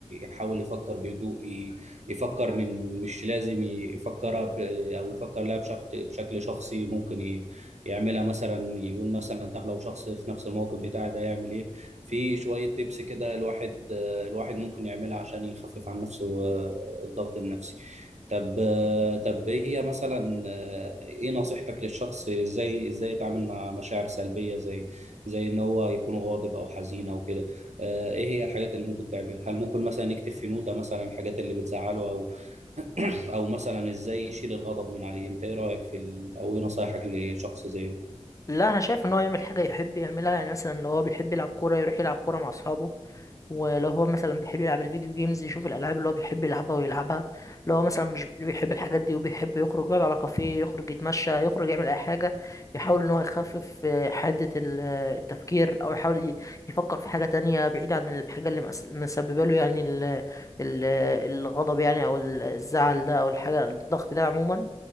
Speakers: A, on the right (about 75°); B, on the left (about 25°).
A: يحاول يفكر بهدوء ي... يفكر من مش لازم يفكرها ب... أو يفكر لها بشخ... بشكل شخصي ممكن ي... يعملها مثلا يقول مثلا طب لو شخص في نفس الموقف بتاعي ده يعمل إيه في شوية تيبس كده الواحد الواحد ممكن يعملها عشان يخفف عن نفسه آه، الضغط النفسي طب آه، طب ايه هي مثلا آه، ايه نصيحتك للشخص ازاي ازاي يتعامل مع مشاعر سلبية زي زي ان هو يكون غاضب او حزين او كده آه، ايه هي الحاجات اللي ممكن تعملها هل ممكن مثلا يكتب في نوتة مثلا الحاجات اللي بتزعله او <clears throat> او مثلا ازاي يشيل الغضب من عليه انت ايه رأيك في ال... او ايه نصايحك لشخص زي ده
B: لا انا شايف ان هو يعمل حاجة يحب يعملها يعني مثلا لو هو بيحب يلعب كورة يروح يلعب كورة مع اصحابه ولو هو مثلا بيحب يلعب الفيديو جيمز يشوف الالعاب اللي هو بيحب يلعبها ويلعبها لو هو مثلا مش بيحب الحاجات دي وبيحب يخرج يقعد على كافيه يخرج يتمشى يخرج يعمل اي حاجه يحاول ان هو يخفف آه، حده ال- آه، التفكير او يحاول ي- يفكر في حاجه تانية بعيد عن الحاجه اللي مأس- مسببه له يعني ال ال آه، الغضب يعني او ال- الزعل ده او الحاجه الضغط ده عموما